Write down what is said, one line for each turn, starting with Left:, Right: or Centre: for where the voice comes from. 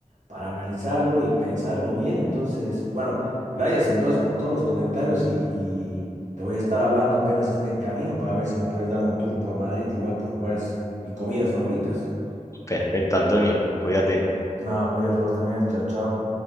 Right: para analizarlo y pensarlo bien. Entonces, bueno, gracias entonces por todos los comentarios y, y te voy a estar hablando apenas esté en camino para ver si me puedes dar un tour por Madrid, igual por lugares y comidas favoritas.
Left: Perfecto, Antonio, cuídate.
Right: nada cuídate vos también. Chao, chao.